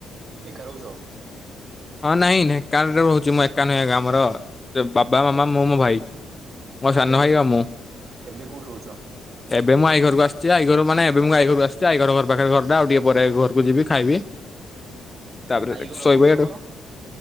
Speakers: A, on the right; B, on the left.
A: ଏକା ରହୁଛ?
B: ହଁ ନାଇଁ ନାଇଁ ଏକା ରେ ରହୁଛି ମୁଁ ଏକା ନୁହେଁ ଆମର ବାବା ମାମା ମୁଁ ମୋ ଭାଇ
A: ଆଉ
B: ମୋ ସାନ
A: ଏବେ
B: ଭାଇ ଆଉ ମୁଁ।
A: ଏବେ କୋଉଠି ରହୁଛ?
B: ଏବେ ମୁଁ ଆଇ ଘରକୁ ଆସିଛି, ଆଇ ଘରୁ ମାନେ ଏବେ ମୁଁ ଆଈ ଘରକୁ ଆସ ଆଇ ଘର ପାଖରେ ଘରଟା ଆଉ ଟିକେ ପରେ ଘରକୁ ଯିବି ଖାଇବି, ତାପରେ
A: ଆଈ ଘର
B: ଶୋଇବି
A: କୋଉଠି
B: ହେଇଠୁ
A: ତମର?